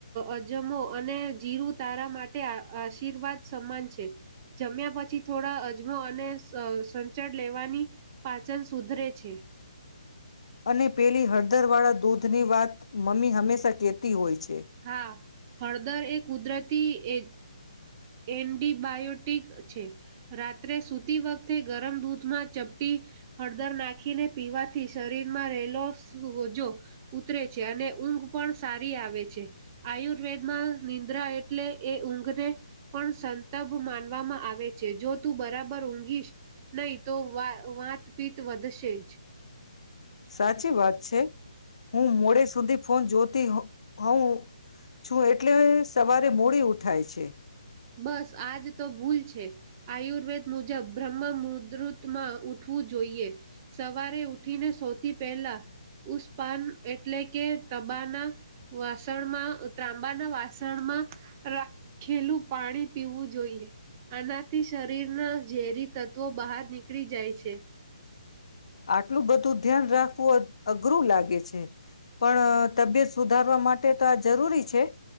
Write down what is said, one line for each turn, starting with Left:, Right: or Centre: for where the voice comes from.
Right: અજમો અને જીરું તારા માટે આશીર્વાદ સમાન છે જમ્યા પછી થોડા અને સંચળ લેવાની પાચન સુધરે છે.
Left: અને પેલી હળદરવાળા દૂધની વાત મમ્મી હંમેશા કહેતી હોય છે
Right: હા. હળદર એ કુદરતી એ એન્ટિબાયોટિક છે રાત્રે સૂતી વખતે ગરમ દૂધમાં ચપટી હળદર નાખીને પીવાથી શરીરમાં રહેલો સોજો ઉતરે છે અને ઊંઘ પણ સારી આવે છે. આયુર્વેદમાં નિંદ્રા એટલે એ ઊંઘને પણ સંતપ માનવામાં આવે છે જો તું બરાબર ઊંઘીશ નહીં તો વાતપીત વધશે જ.
Left: સાચી વાત છે. હું મોડે સુધી ફો જ્યોતિ હું છું એટલે સવારે મૂડી ઉઠાય છે. છે.
Right: બસ આજ તો ભૂલ છે આયુર્વેદ મુજબ બ્રહ્મ મુદુતમાં ઉઠવું જોઈએ સવારે ઉઠીને સૌથી પહેલા ઉષ્પાન એટલે કે તબાના વાસણમાં ત્રાંબાના વાસણમાં રાખેલું પાણી પીવું જોઈએ આનાથી શરીરના ઝેરી તત્વો બહાર નીકળી જાય છે.
Left: આટલું બધું ધ્યાન રાખવું અઘરું લાગે છે પણ તબિયત સુધારવા માટે તો આ જરૂરી છે. છે.